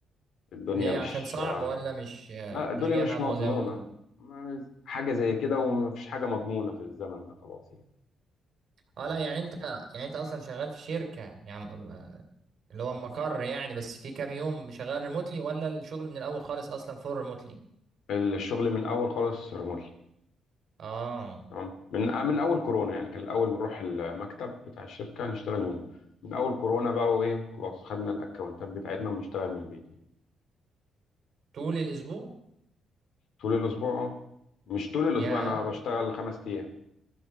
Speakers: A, on the left; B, on the right.
A: الدنيا
B: ليه
A: مش
B: عشان صعب
A: آه،
B: ولا مش آه،
A: لا الدنيا
B: مش جايب
A: مش
B: همه
A: مضمونة
B: زي ما بيقولوا؟
A: ما- حاجة زي كده ومفيش حاجة مضمونة في الزمن ده خلاص يعني تمام
B: اه لا يعني انت يعني انت اصلا شغال في شركة يعني آه، اللي هو مقر يعني بس في كام يوم شغال ريموتلي ولا الشغل من الاول خالص اصلا فور ريموتلي؟
A: الشغل من الأول خالص ريموتلي
B: اه
A: تمام من آه، من أول كورونا يعني كان الأول بنروح المكتب بتاع الشركة نشتغل منه من أول كورونا بقى وإيه خلاص خدنا الأكونتات بتاعتنا ونشتغل من البيت يعني.
B: طول الاسبوع؟
A: طول الأسبوع أه مش طول الأسبوع
B: يا
A: أنا بشتغل خمس أيام